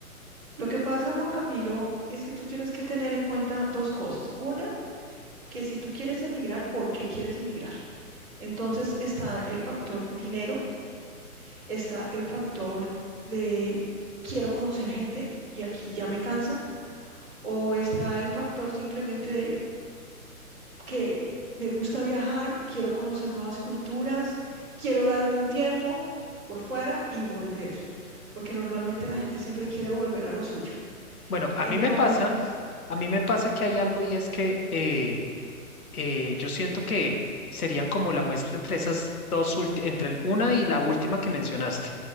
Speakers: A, in the centre; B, on the left (about 75°).
A: Lo que pasa, Juan Camilo, es que tú tienes que tener en cuenta dos cosas. Una, que si tú quieres emigrar, ¿por qué quieres emigrar? Entonces está el factor dinero, está el factor de quiero conocer gente y aquí ya me cansa, o está el factor simplemente de que me gusta viajar, quiero conocer nuevas culturas, quiero darme un tiempo por fuera y volver, porque normalmente la gente siempre quiere volver a lo suyo.
B: Bueno, a
A: Entonces...
B: mí me pasa, a mí me pasa que hay algo y es que eh, eh, yo siento que serían como la muestra entre esas dos, ulti- entre el- una y la última que mencionaste.